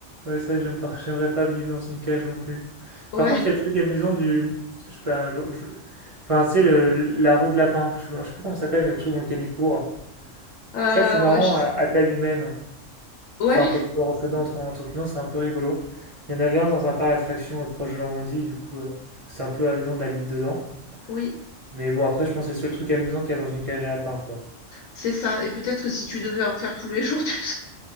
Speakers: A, on the right (about 40°); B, on the left (about 85°).
A: Ouais, c'est vrai que j'aime pas, <laughs> j'aimerais pas vivre dans une cage non plus.
B: Ouais,
A: Par contre, il y a le truc amusant du. Je sais pas, un jour. je- Enfin, c'est le, la roue de lapin. Je sais pas je sais pas comment ça s'appelle, mais le truc dans lequel il court.
B: euh,
A: Ça, c'est marrant
B: ouais, je sais
A: à, à taille humaine.
B: pas.
A: Enfin,
B: Ouais,
A: quand tu peux rentrer dedans en, tant en tant qu'humain, c'est un peu rigolo. Il y en avait un dans un parc d'attractions euh, proche de Normandie, du coup, euh, c'est un peu amusant d'aller dedans.
B: oui,
A: Mais bon, après, je pense que c'est le seul truc amusant qu'il y a dans une cage à lapin, quoi.
B: c'est ça. Et peut-être que si tu devais en faire tous les jours, <laughs> tu serais-